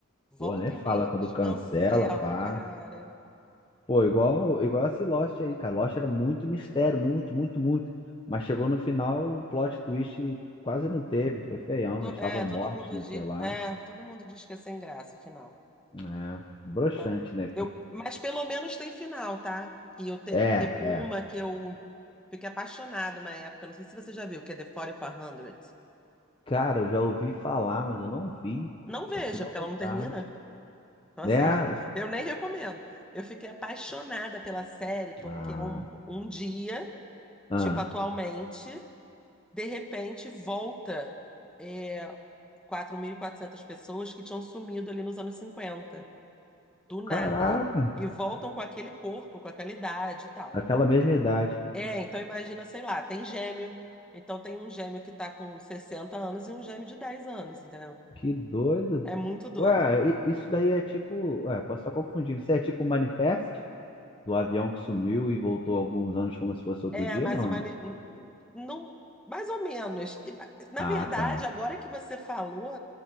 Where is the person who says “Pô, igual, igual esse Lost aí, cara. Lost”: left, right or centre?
Left